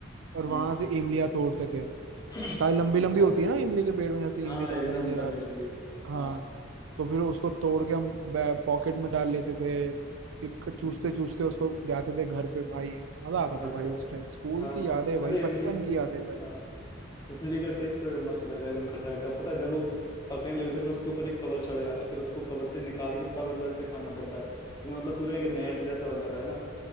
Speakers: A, on the right (about 80°); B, on the left (about 20°).
A: और वहां
B: हम्म
A: से इमलियाँ तोड़ते थे
B: <clears throat>
A: ताकि लंबी लंबी
B: अच्छा
A: होती है ना इमली के पेड़ में जैसे
B: हाँ
A: इमली ज्यादा
B: एकदम
A: मुझे याद
B: लंबी लंबी
A: है। हाँ
B: हाँ
A: तो फिर उसको तोड़ के हम पॉकेट में डाल लेते थे फिर
B: हम्म,
A: चूसते चूसते उसको जाते थे घर पे भाई मजा आता था
B: अच्छा
A: भाई उस टाइम स्कूल
B: हाँ
A: की यादें है भाई
B: अरे इमली
A: बचपन की यादें है भाई
B: हाँ इमली का टेस्ट तो मस्त लगता है एकदम खट्टा खट्टा पता है जब वो पकने लगते हैं तो उसके ऊपर एक कवर चढ़ जाता है फिर उसको कवर से निकाल के तब अंदर से खाना पड़ता है तो मतलब पूरा एक नेट जैसा बन जाता है ना